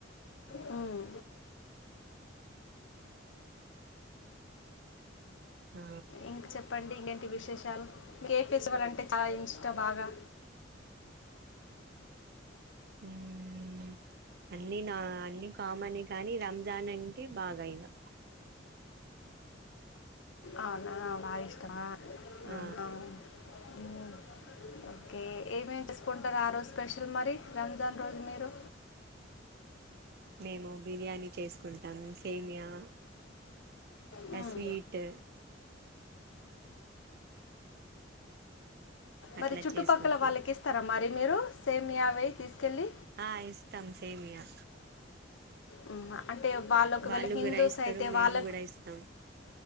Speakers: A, on the left; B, on the right.
A: హ్మ్మ్
B: ఆ
A: ఇంక చెప్పండి ఇంకేంటి విశేషాలు ఇంక ఏ ఫెసిటివల్ అంటే అ ఇష్టం బాగా
B: హమ్మ్ అన్ని నా అన్ని కామనే కానీ రంజాన్ అంటే బాగాయినా
A: అవునా బాగా ఇష్టమా
B: ఆ
A: ఆహా. మ్మ్. ఓకే ఏమేమి చేసుకుంటారు ఆ రోజు స్పెషల్ మరి రంజాన్ రోజు మీరు
B: మేము బిర్యానీ చేసుకుంటాము సేమియా
A: మ్మ్.
B: ఆ స్వీట్ అట్లా
A: మరి చుట్టుపక్కల
B: చేసుకుంటాం
A: వాళ్ళకి ఇస్తారా మరి మ మీరు సేమ్ అవే తీసుకెళ్ళి
B: ఆ ఇస్తాం సేమియా
A: ఉ అంటే వాళ్ళకి ఒకవేళ
B: వాళ్ళు
A: హిందూస్
B: కూడా ఇస్తారు
A: అయితే
B: మేము
A: వాళ్ళ
B: కూడా ఇస్తాం